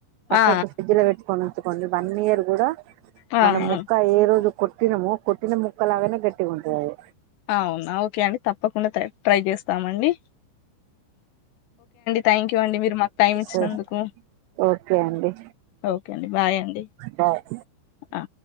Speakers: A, on the right; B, on the left.
A: పక్కకు
B: ఆ
A: ఫ్రిడ్జ్ లో పెట్టుకోనా ఇ <unintelligible> వన్ ఇయర్ కూడా
B: ఆ
A: మన ముక్క
B: ఆ!
A: ఏ రోజు కొటినము కొట్టిన ముక్కలగానే గట్టిగా ఉంటుందిది
B: అవునా ఓకే అండి తప్పకుండా ట్రై చేస్తాం అండి థ్యాంక్ యూ అండి మీరు మాకు టైం ఇచ్చినందుకు
A: సే ఓకే అండి
B: ఓకే అండి బాయ్ అండి
A: బాయ్
B: ఆ